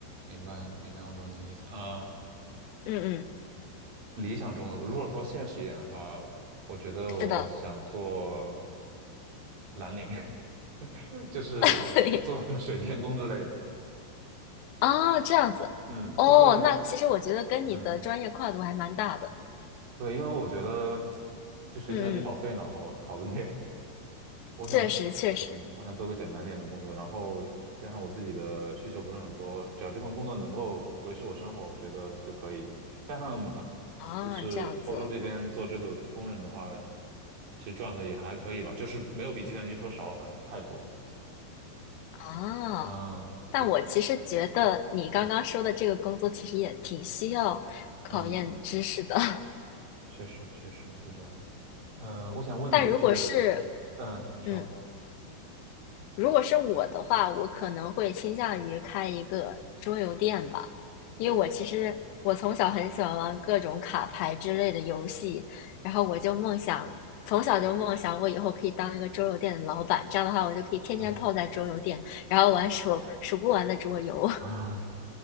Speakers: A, on the right; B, on the left.
A: 明白明白，我懂你的意思啊。
B: 嗯嗯，
A: 理想中的，如果说现实一点的话，我觉得我想做
B: 是的，
A: 蓝领，<laughs> 就是做
B: <laughs> 对
A: <laughs> 水电工之类的。
B: 啊，这样子哦。
A: 嗯，就是
B: 那其实我觉得跟你的专业跨度还蛮大的。
A: 嗯，对，因为我觉得就学计算机好费脑，
B: 嗯嗯，
A: 好好累。我想，
B: 确实确实
A: 嗯，我想做个简单点的工作，然后加上我自己的需求不是很多，只要这份工作能够维持我生活，我觉得就可以。加上还
B: 啊，
A: 就是欧洲这边做这个工人的话，
B: 这样子
A: 其实赚的也还可以吧，就是没有比计算机说少很太多。
B: 啊。
A: 嗯，
B: 但我其实觉得你刚刚说的这个工作其实也挺需要考验知识的。
A: 对，嗯，嗯，
B: <laughs>
A: 确实确实是这样的。呃，我想问你的是，
B: 但如果是，
A: 嗯，你说，
B: 嗯，如果是我的话，我可能会倾向于开一个桌游店吧，因为我其实我从小很喜欢玩各种卡牌之类的游戏，然后我就梦想，从小就梦想我以后可以当一个桌游店的老板，这样的话我就可以天天泡在桌游店，
A: 嗯，
B: 然后玩数数不完的桌游。
A: <laughs>